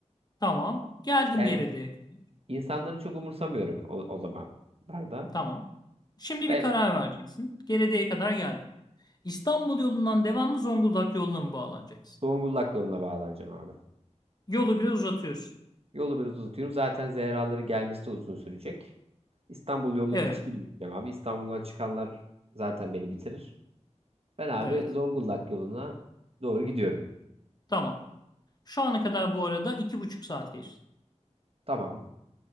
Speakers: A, on the left; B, on the right.
A: Tamam. Geldin
B: Yani
A: Gerede'ye kadar.
B: insanları çok umursamıyorum o, o zamanlarda.
A: Tamam. Şimdi
B: Ben
A: bir karar vereceksin. Gerede'ye kadar geldin. İstanbul yolundan devam mı Zonguldak yoluna mı bağlanacaksın?
B: Zonguldak yoluna bağlanacağım abi.
A: Yolu biraz uzatıyorsun.
B: Yolu biraz uzatıyorum. Zaten Zehraların gelmesi de uzun sürecek. İstanbul yoluna
A: Evet.
B: hiç girmeyeceğim abi. İstanbul'dan çıkanlar zaten beni bitirir. Ben abi
A: Evet.
B: Zonguldak yoluna doğru gidiyorum.
A: Tamam. Şu ana kadar bu arada iki buçuk saat geçti.
B: Tamam.